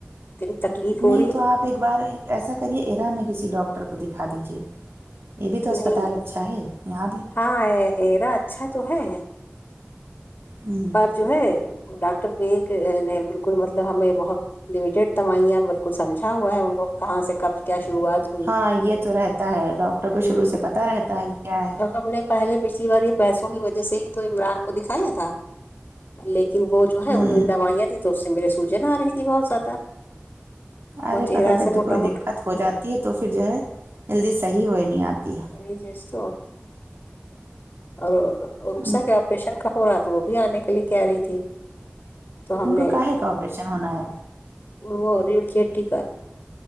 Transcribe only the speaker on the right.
نہیں
تو آپ ایک بار ایسا کریے ایرا نے کسی ڈاکٹر کو دکھا دیجیے یہ بھی تو اسپتال
اچھا ہے یہاں بھی
ہوں
ہاں یہ تو رہتا ہے ڈاکٹر کو
شروع سے پتا رہتا ہے کہ کیا ہے
ہوں
ارے
پتا جب
کوئی
دقت ہو جاتی ہے تو پھر جو ہے جلدی صحیح ہو ہی نہیں آتی ہے
ان
ان کو
کاہے کا آپریشن ہونا ہے